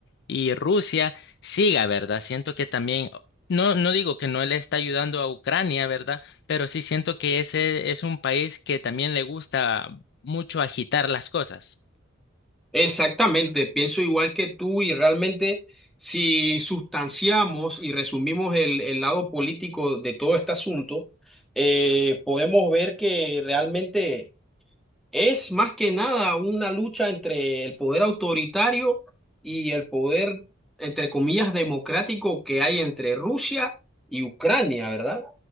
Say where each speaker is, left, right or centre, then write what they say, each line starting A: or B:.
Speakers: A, on the left; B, in the centre.
A: y Rusia siga, ¿verdad? Siento que también, no, no digo que no le está ayudando a Ucrania, ¿verdad? Pero sí siento que ese es un país que también le gusta mucho agitar las cosas.
B: Exactamente, pienso igual que tú y realmente si sustanciamos y resumimos el, el lado político de todo este asunto, eh, podemos ver que realmente es más que nada una lucha entre el poder autoritario y el poder, entre comillas, democrático que hay entre Rusia y Ucrania, ¿verdad?